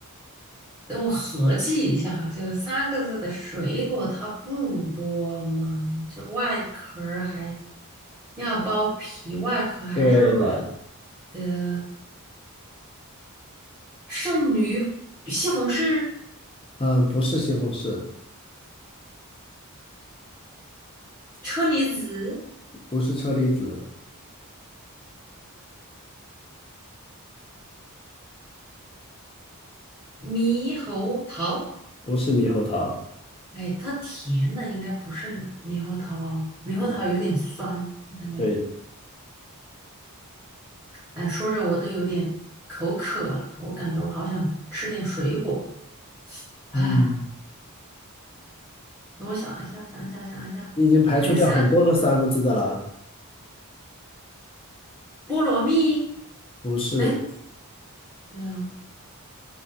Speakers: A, in the centre; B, on the left.
A: 等我合计一下啊，这个三个字的水果它不多吗？就外壳儿还要剥皮，外壳还是软
B: 对的，
A: 的。圣女、西红柿、
B: 嗯、不是西红柿，
A: 车厘子、
B: 不是车厘子，
A: 猕猴桃。
B: 不是猕猴桃，
A: 哎，它甜的应该不是猕猴桃哦，猕猴桃有点酸，
B: 嗯，
A: 我感觉。
B: 对，
A: 哎，说着我都有点口渴了，我感觉我好想吃点水果。哎，
B: 嗯，
A: 等我想一下，想一下，想一下。
B: 你已经排除掉很多个三个字的了。
A: 哎，三菠萝蜜。
B: 不是，
A: 哎，不对啊，